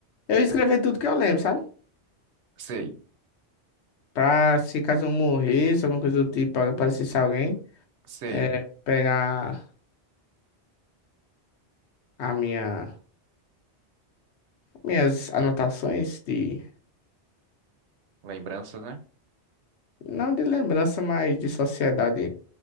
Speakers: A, on the left (about 80°); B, on the right (about 80°).
A: eu escrevi tudo que eu lembro, sabe?
B: Sei,
A: Pra se caso eu morresse, alguma coisa do tipo, aparecesse alguém,
B: sei.
A: é, pegar a minha, minhas anotações de
B: Lembranças,
A: Não de lembrança, mas de sociedade